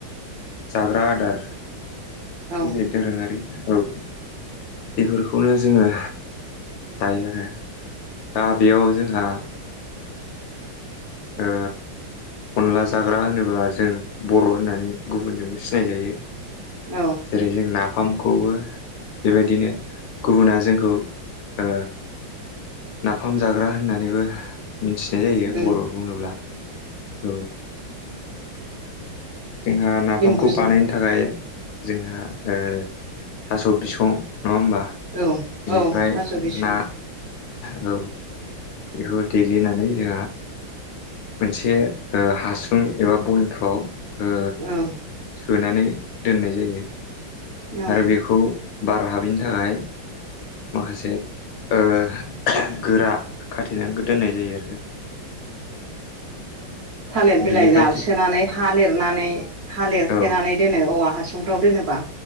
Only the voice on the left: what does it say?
जाग्रा आदार
जेरै दोरोङारि औ बेफोरखौनो जोङो जायो आरो दा बेयाव जोंहा औ अनला जाग्रा होन होनोब्ला जों बर' होननानै गुबुनजोंबो सिनाय जायो
जेरै जों ना फार्मखौबो बेबायदिनो गुबुना जोंखौ ओ नाफाम जाग्रा होननानैबो मिथिनाय जायो
बर' बुङोब्ला औ जोंहा नाफामखौ
बानायनो थाखाय जोंहा ओ थास' बिसं नङा होमबा
बेनिफ्राय
ना औ बेखौ देग्लिनानै जोंहा मोनसे हासुं एबा बयमफ्राव ओ
सोनानै दोननाय जायो
आरो बेखौ बार हाबैनि थाखाय माखासे ओ गोरा खाथेनानै दोननाय जायो आरो
बिनिफ्राय
जों
औ